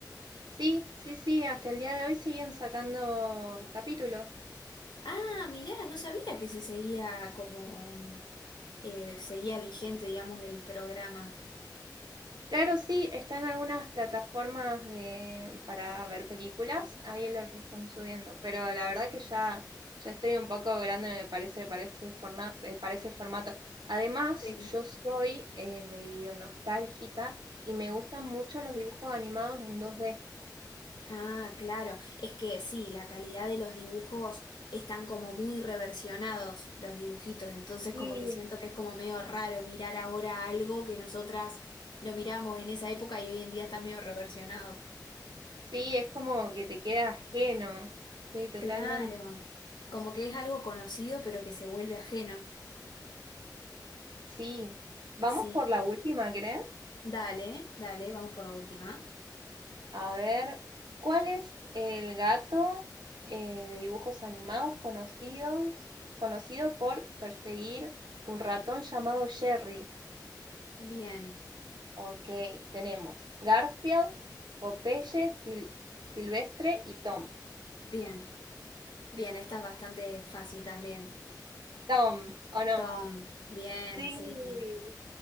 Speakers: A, on the right (about 75°); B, on the left (about 85°).
A: Sí, sí, sí, hasta el día de hoy siguen sacando capítulos.
B: Ah, mirá, no sabía que se seguía como... mm, eh, seguía vigente, digamos, el programa.
A: Claro, sí, están algunas plataformas de, para ver películas, ahí los están subiendo, pero la verdad que ya, ya estoy un poco grande, me parece, para ese forna- eh, para ese formato. Además,
B: Sí.
A: yo soy eh, medio nostálgica y me gustan mucho los dibujos animados en dos d
B: Ah, claro. Es que sí, la calidad de los dibujos están como muy reversionados los dibujitos, entonces
A: Sí.
B: como que siento que es como medio raro mirar ahora algo que nosotras lo miramos en esa época y hoy en día está medio reversionado.
A: Sí, es como que te queda ajeno. Sí, totalmente.
B: Claro. Como que es algo conocido pero que se vuelve ajeno.
A: Sí. Vamos
B: Sí.
A: por la última, ¿crees?
B: Dale, dale, vamos por la última.
A: A ver, ¿cuál es el gato eh, de dibujos animados conocidos, conocido por perseguir un ratón llamado Jerry?
B: Bien,
A: Ok, tenemos Garfield, Popeye, Sil- Silvestre y Tom.
B: bien, bien, esta es bastante fácil también.
A: Tom, ¿o no?
B: Tom, bien,
A: Sí.
B: sí,